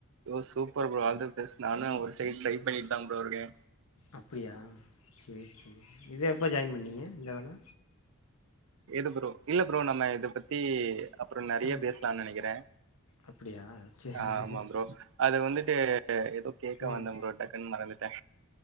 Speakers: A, on the right (about 60°); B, on the left (about 90°).
A: ஓ சூப்பர் ப்ரோ ஆல்தபெஸ் நானு ஒரு சைட் ட்ரை பண்ணிட் தா ப்ரோ இருக்கே
B: அப்பிடியா செரி செரி இது எப்ப ஜாயின் பண்ணீங்க இந்த வேல
A: எது ப்ரோ இல்ல ப்ரோ நாம இத பத்தி அப்றோ நேறைய
B: ம்
A: பேசலானு நெனைக்கிற
B: அப்படியா சரி
A: அ ஆமா ப்ரோ அது வந்துட்டு ஏதோ கேட்க
B: ம்
A: வந்தோ ப்ரோ டக்குன்னு மறந்துட் ட்ட